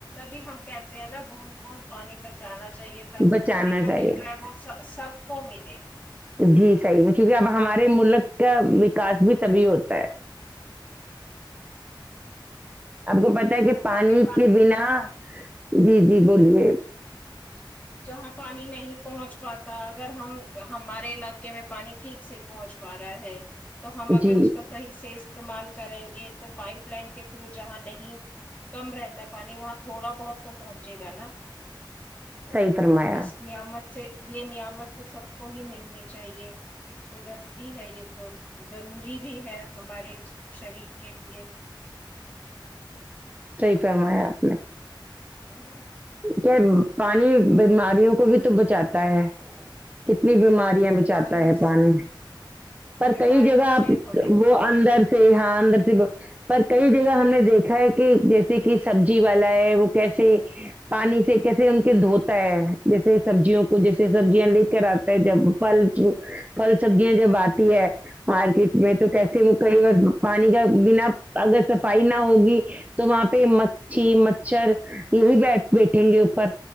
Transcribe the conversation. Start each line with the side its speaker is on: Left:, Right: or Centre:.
Left: اب بھی ہم کہتے ہیں نا بول بول پانی کر جانا چاہیے تاکہ
Right: بچانا
Left: ہمیں جو
Right: چاہیے
Left: مل رہا ہے وہ سب کو ملے
Right: جی صحیح میں چونکہ اب ہمارے ملک کا وکاس بھی تبھی ہوتا ہے آپ کو پتا
Left: یہاں
Right: ہے کہ پانی
Left: پہ
Right: کے بنا جی جی بولیے
Left: جہاں پانی نہیں پہنچ پاتا اگر ہم ہمارے علاقے میں پانی ٹھیک سے پہنچ پا رہا ہے تو ہم اگر
Right: جی
Left: اس کا صحیح سے استعمال کریں گے پائپ لائن کے تھرو جہاں نہیں کم رہتا ہے پانی وہاں تھوڑا بہت تو پہنچے گا نا تو
Right: صحیح فرمایا
Left: اس نعمت سے یہ نیامت تو سب کو ہی ملنی چاہیے قدرتی ہے یہ تو ضروری بھی ہے ہمارے شریر کے لیے
Right: صی فرمایاپ
Left: <unintelligible>
Right: کیا پانی بیماریوں کو بھی تو بچاتا ہے کتنی بیماری
Left: بیماریاں
Right: بچاتا ہے پانی پر
Left: بیماریوں
Right: کئی جگہ
Left: سے ہمیں
Right: وہ اندر سے یہاں ر سے پر کئی جگہ ہم نے دیکھا ہے کہ جیسے کہ سبزی والا ہے وہ کیسے پانی سے کیسے ان کے دھوتا ہے جیسے سبزیوں کو جیسے سبزیاں لے کر آتا ہے جب پل پھل سبزیاں جب آتی ہے مارکیٹ میں تو کیس ہ کہی بس پانی کا بنا اگر صفائی نہ ہوگی تو وہاں پہ مچھی مچھر یہی بیٹھ بیٹھیں گے اوپر